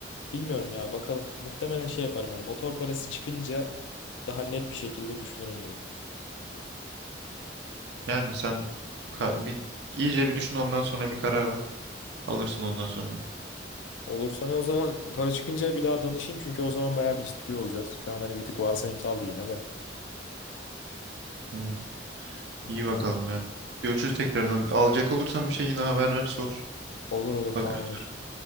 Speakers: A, on the left; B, on the right.
A: Bilmiyorum ya bakalım. Muhtemelen şey yaparım hani motor parası çıkınca daha net bir şekilde düşünürüm bunu.
B: Yani sen ka- bir, iyice bir düşün ondan sonra bir karar ver. Alırsın ondan sonra.
A: Olur sana o zaman para çıkınca bir daha danışayım çünkü o zaman bayağı bir ciddi olacağız. Şu an hani bir tık varsayımsaldı yine de.
B: Evet. İyi
A: Tamam.
B: bakalım ya. Görüşürüz tekrardan. Alacak olursan bir şey yine haber ver sor.
A: Olur olur tamamdır.
B: Bakar.